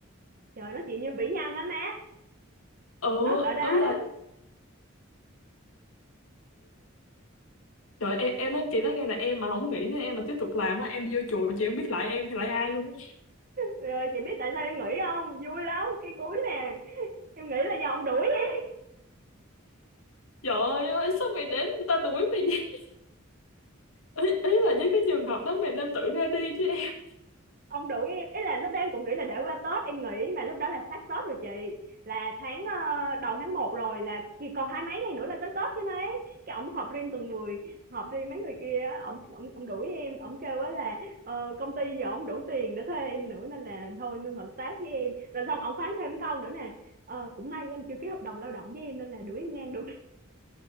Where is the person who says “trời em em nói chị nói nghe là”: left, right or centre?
Left